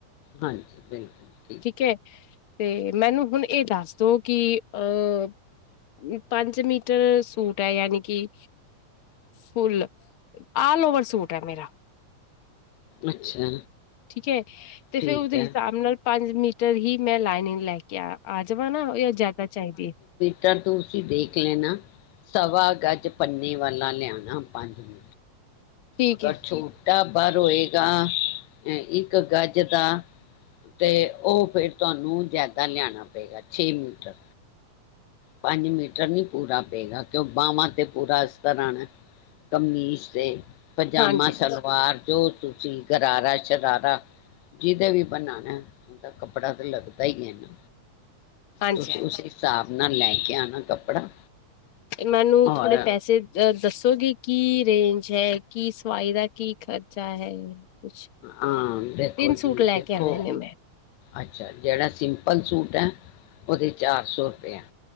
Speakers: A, on the left; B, on the left.
A: ਹਾਂਜੀ, ਬਿਲਕੁਲ।
B: ਠੀਕ ਐ ਤੇ ਮੈਨੂੰ ਹੁਨ ਏ ਦੱਸ ਦੋ ਕਿ ਅ ਪੰਜ ਮੀਟਰ ਸੂਟ ਐ ਯਾਨੀ ਕਿ ਫੁੱਲ। ਆਲ ਓਵਰ ਸੂਟ ਹੈ ਮੇਰਾ
A: ਅੱਛਾ
B: ਠੀਕ ਐ ਤੇ ਫੇਰ
A: ਠੀਕ
B: ਉਦੇ
A: ਹੈ
B: ਹਿਸਾਬ ਨਾਲ ਪੰਜ ਮੀਟਰ ਹੀ ਮੈਂ ਲਾਈਨਿੰਗ ਲੈ ਕੇ ਆ ਜਾਵਾ ਨਾ ਯਾ ਜਆਦਾ ਚਾਈਦੀ ਏ।
A: ਤਾ ਤੁਸੀ ਦੇਖ ਲੇਨਾ ਸਵਾ ਗਜ ਪੰਨੇ ਵਾਲਾ ਲਿਆਣਾ ਪੰਜ ਮੀ
B: ਠੀਕ
A: ਅਗਰ
B: ਹੈ
A: ਛੋਟਾ ਬਰ ਹੋਏਗਾ ਅ ਇੱਕ ਗਜ ਦਾ ਤੇ ਓ ਫੇਰ ਤੁਆਨੂੰ ਜਿਆਦਾ ਲਿਆਣਾ ਪਏਗਾ ਛੇ ਮੀਟਰ। ਪੰਜ ਮੀਟਰ ਨੀ ਪੂਰਾ ਪਏਗਾ ਕਿਉਂ ਬਾਹਵਾਂ ਤੇ ਪੂਰਾ ਅਸਤਰ ਆਣੈ। ਕਮੀਜ ਤੇ ਪਜਾਮਾ,
B: ਹਾਂਜੀ-ਹਾਂਜੀ,
A: ਸਲਵਾਰ ਜੋ ਤੁਸੀ ਗਰਾਰਾ, ਸ਼ਰਾਰਾ ਜਿਦੇ ਵੀ ਬਣਾਣੈ ਔਦਾ ਕੱਪੜਾ ਤੇ ਲੱਗਦਾ ਈ ਏਨਾ
B: ਹਾਂਜੀ-ਹਾਂਜੀ।
A: ਤੁਸੀ ਉਸ ਹਿਸਾਬ ਨਾਲ ਲੈ ਕੇ ਆਨਾ ਕੱਪੜਾ।
B: ਮੈਨੂੰ
A: ਔਰ
B: ਥੋੜੇ ਪੈਸੇ ਅ ਦੱਸੋਗੇ ਕੀ ਰੇਂਜ ਹੈ ਕੀ ਸਵਾਈ ਦਾ ਕੀ ਖਰਚਾ ਹੈ? ਕੁਛ
A: ਹਾਂ, ਦੇਖੋ
B: ਤਿੰਨ
A: ਜੀ
B: ਸੂਟ ਲੈ
A: ਦੇਖੋ
B: ਕੇ ਆਣੇ ਨੇ ਮੈਂ
A: ਅੱਛਾ ਜੇੜਾ ਸਿੰਪਲ ਸੂਟ ਐ ਓਦੇ ਚਾਰ ਸੌ ਰੁਪਏ।